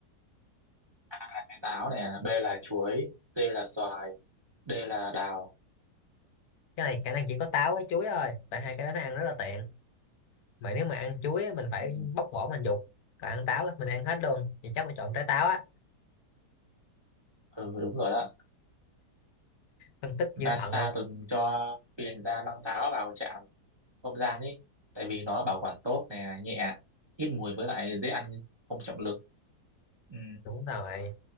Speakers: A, on the right; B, on the left.
A: À, táo nè, B là chuối, C là xoài, D là đào.
B: cái này khả năng chỉ có táo với chuối thôi tại hai cái đó nó ăn rất là tiện mà nếu mà ăn chuối á, mình phải
A: Ừ,
B: bóc vỏ mình dục còn ăn táo á, mình ăn hết luôn thì chắc phải chọn trái táo á
A: ừ đúng rồi đó.
B: phân tích
A: NASA
B: như thần luôn
A: từng cho phi hành gia băng táo vào trạm không gian ý tại vì nó bảo quản tốt nè nhẹ ít mùi với lại dễ ăn không trọng lực ừ,
B: đúng rồi